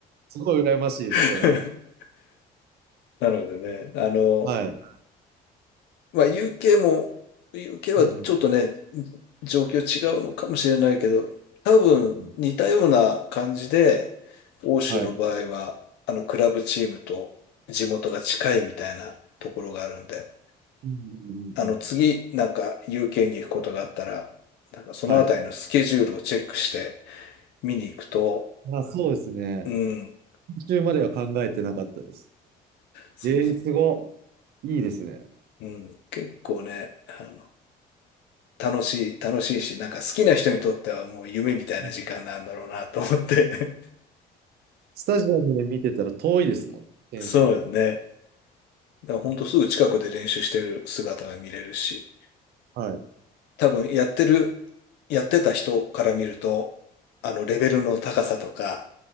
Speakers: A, on the right; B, on the left.
A: すごい羨ましいです、
B: <laughs>
A: それ。
B: なのでね、あの、
A: はい。う
B: まあ、UK も、UK はちょっとね、
A: んうん。うん
B: 状況違うのかもしれないけど、多分似たような感じで、
A: うん
B: 欧州の場合は、
A: はい。
B: あの、クラブチームと地元が近いみたいなところがあるんで、
A: うんうんうんうん。
B: あの、次、なんか UK に行くことがあったら、なんかそのあたりのスケジュールをチェックして
A: はい。
B: 見に行くと、
A: あ、そうですね。
B: うん、
A: 途中までは考えてなかったです。
B: そうそ
A: ええすごい。いいですね。
B: う、うん、結構ね、あの楽しい、楽しいし、なんか好きな人にとってはもう夢みたいな時間なんだろうなと思って。
A: うん
B: <laughs>
A: スタジアムで見てたら遠いですもん、選手も。
B: そうよね。だからほんとすぐ近くで練習してる姿が見れるし、
A: はい。
B: 多分やってる、やってた人から見ると、あの、レベルの高さとか、